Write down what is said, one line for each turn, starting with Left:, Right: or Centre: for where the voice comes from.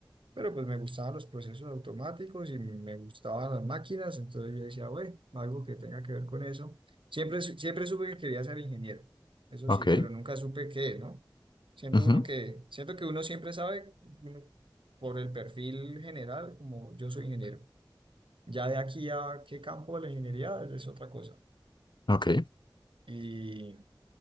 Right: Pero pues me gustaban los procesos automáticos y me gustaban las máquinas, entonces yo decía, bueno, algo que tenga que ver con eso. Siempre, su- siempre supe que quería ser ingeniero, eso
Left: Ok,
Right: sí, pero nunca supe qué, ¿no? Siento
Left: ujú,
Right: uno que, siento que uno siempre sabe, uno, por el perfil general, como yo soy ingeniero ya de aquí a qué campo de la ingeniería es otra cosa.
Left: Ok,
Right: Y,